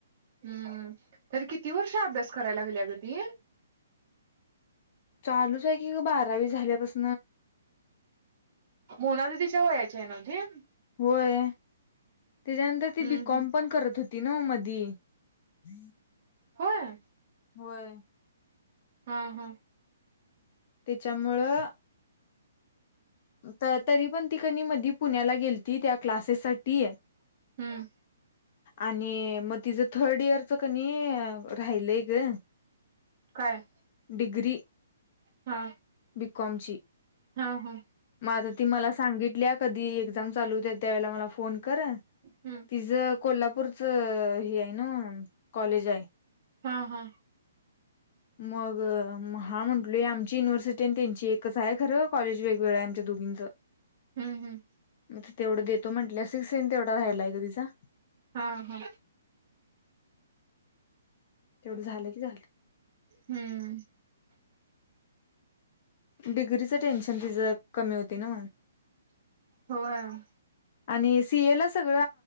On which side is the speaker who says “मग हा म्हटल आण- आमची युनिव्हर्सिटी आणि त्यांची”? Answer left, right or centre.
Left